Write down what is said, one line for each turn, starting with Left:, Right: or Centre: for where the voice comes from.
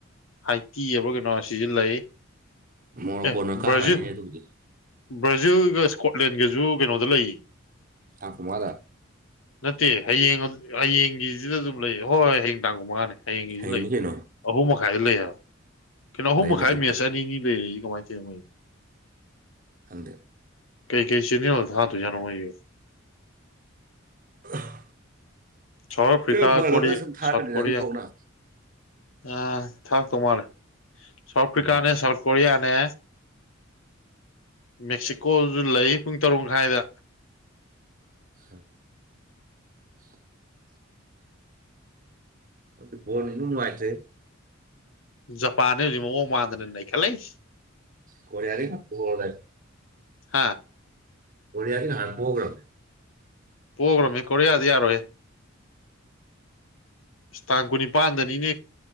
Left: ꯍꯥꯏꯇꯤ ꯍꯥꯏꯕꯔ ꯀꯩꯅꯣ ꯁꯤꯁꯨ ꯂꯩ꯫
Right: ꯃꯣꯔꯣꯀꯣꯟꯅ
Left: ꯑꯦ
Right: ꯀꯥꯈ꯭ꯔꯅꯤꯅꯦ
Left: ꯕ꯭ꯔꯥꯖꯤꯜ
Right: ꯑꯗꯨꯕꯨꯗꯤ
Left: ꯕ꯭ꯔꯥꯖꯤꯜꯒ ꯏꯁꯀꯣꯠꯂꯦꯟꯒꯖꯁꯨ ꯀꯩꯅꯣꯗ ꯂꯩꯌꯦ
Right: ꯇꯥꯡ ꯀꯨꯟ ꯃꯉꯥꯗ
Left: ꯅꯠꯇꯦ ꯍꯌꯦꯡ ꯍꯌꯦꯡꯒꯤꯁꯤꯗ ꯑꯗꯨꯝ ꯂꯩ ꯍꯣꯏ ꯍꯣꯏ ꯍꯌꯦꯡ ꯇꯥꯡ ꯀꯨꯟ ꯃꯉꯥꯅꯦ꯫ ꯍꯌꯦꯡꯒꯤꯁꯨ
Right: ꯍꯌꯦꯡꯅꯤ
Left: ꯂꯩ
Right: ꯀꯩꯅꯣ
Left: ꯑꯍꯨꯝ ꯈꯥꯏ ꯂꯩ ꯌꯥ ꯀꯩꯅꯣ ꯑꯍꯨꯝ
Right: ꯂꯩꯕꯅꯦ
Left: ꯃꯈꯥꯏ
Right: ꯑꯌꯨꯛꯇ
Left: ꯃꯦꯠꯆ ꯑꯅꯤꯅꯤ ꯂꯩꯔꯛꯏ ꯀꯃꯥꯏ ꯇꯧꯏꯅꯣ ꯃꯣꯏ
Right: ꯈꯪꯗꯦ
Left: ꯀꯩ ꯆꯦꯅꯦꯜꯗ ꯊꯥꯗꯣꯏ ꯖꯥꯠꯅꯣ ꯃꯣꯏꯁꯦ
Right: <unintelligible> <unintelligible>
Left: ꯁꯥꯎꯠ ꯑꯐ꯭ꯔꯤꯀꯥ ꯀꯣꯔꯤ
Right: ꯊꯥꯔꯛ
Left: ꯁꯥꯎꯠ
Right: ꯀꯅꯤꯗ
Left: ꯀꯣꯔꯤꯌꯥ
Right: ꯑꯅꯤ ꯊꯣꯛꯅ
Left: ꯑ ꯊꯥꯔꯛꯇꯧ ꯃꯥꯜꯂꯦ ꯁꯥꯎꯠ ꯑꯐ꯭ꯔꯤꯀꯥꯅꯦ
Right: ꯎꯝ
Left: ꯁꯥꯎꯠ ꯀꯣꯔꯤꯌꯥ ꯅꯦ ꯃꯦꯛꯁꯤꯀꯣꯁꯨ ꯂꯩ ꯄꯨꯡ ꯇꯔꯨꯛ ꯃꯈꯥꯏꯗ
Right: <unintelligible> ꯑꯗꯨ ꯕꯣꯜꯅ ꯏꯅꯨꯡ ꯅꯨꯉꯥꯏꯇꯔꯦ
Left: ꯖꯄꯥꯟꯅꯦ ꯍꯧꯖꯤꯛ ꯃꯑꯣꯡ ꯃꯥꯟꯗꯅ ꯅꯩꯈꯠꯂꯛꯏꯁꯤ
Right: ꯀꯣꯔꯌꯥꯗꯤ ꯄꯣ <unintelligible> ꯔꯗꯥꯏ
Left: ꯍꯥꯥ
Right: ꯀꯣꯔꯤꯌꯥꯗꯤ ꯅꯍꯥꯟ ꯄꯣꯈꯔꯥꯕꯅꯦ
Left: ꯄꯣꯛꯈ꯭ꯔꯕꯅꯦ ꯀꯣꯔꯤꯌꯥꯗ ꯌꯥꯔꯣꯏꯍꯦ ꯇꯥꯡ ꯀꯨꯟꯅꯤꯄꯥꯟꯗꯅꯤꯅꯦ